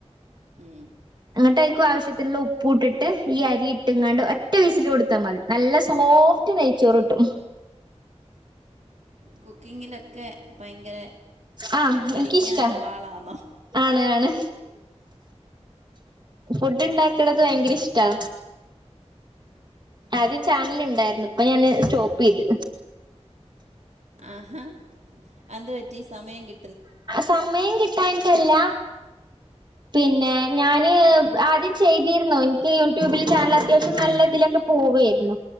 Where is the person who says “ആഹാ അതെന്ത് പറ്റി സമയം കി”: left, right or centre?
Right